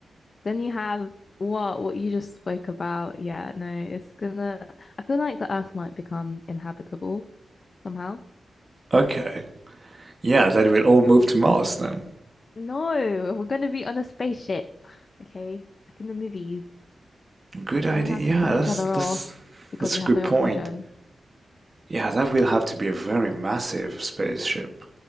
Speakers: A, on the left (about 45°); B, on the right (about 30°).
A: Then you have what what you just spoke about. Yeah, no, it's gonna I feel like the Earth might become inhabitable somehow.
B: Okay. Yeah, that will all move to Mars then.
A: No, we're gonna be on a spaceship. Okay, like in the movies.
B: Good idea.
A: And we have
B: Yeah,
A: to kill each
B: that's
A: other off
B: that's
A: because
B: that's
A: we
B: a
A: have
B: good
A: no
B: point.
A: oxygen.
B: Yeah, that will have to be a very massive spaceship.